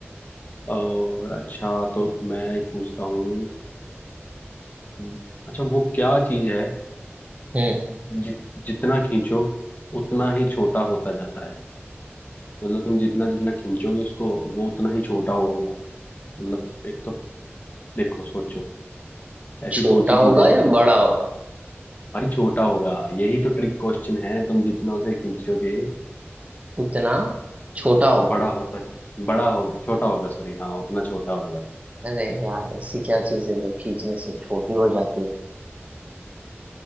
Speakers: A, on the left; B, on the right.
A: और अच्छा तो मैं ही पूछता हूँ हम्म, अच्छा वो क्या चीज है
B: हम्म
A: जि, जितना खींचो उतना ही छोटा होता जाता है मतलब तुम जितना जितना खींचोगे उसको वो उतना ही छोटा होगा मतलब एक तो देखो सोचो ऐसी
B: छोटा
A: कौन सी चीज
B: होगा
A: है जितना
B: या बड़ा होगा
A: भाई छोटा होगा यही तो ट्रिक क्वेश्चन है तुम जितना उसे खींचोगे
B: उतना छोटा होगा
A: बड़ा होता बड़ा होगा छोटा होगा सॉरी हाँ उतना छोटा होगा
B: अरे यार ऐसी क्या चीज है जो खींचने से छोटी हो जाती है